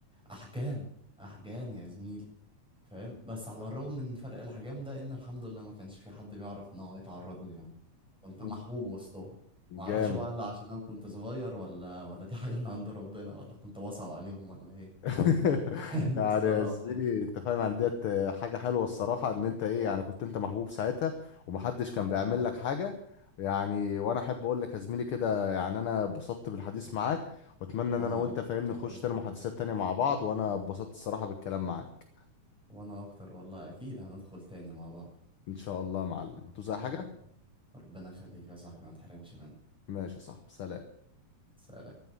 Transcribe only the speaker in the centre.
احجام احجام يا زميلي فاهم بس على الرغم من فرق الاحجام ده ان الحمد لله ما كانش في حد بيعرف ان هو يتعرض لي يعني كنت
محبوب وسطهم
ما اعرفش بقى هل عشان انا كنت صغير ولا ولا دي حاجه من عند ربنا ولا كنت واسع عليهم ولا ايه
<laughs> عارف
الصراحه
يعني
الحمد
لله
وانا
اكتر
والله
يا زميلي
وانا اكتر والله اكيد هندخل تاني مع بعض
ان
شاء الله ربنا يخليك يا صاحبي ما تحرمش مني
سلام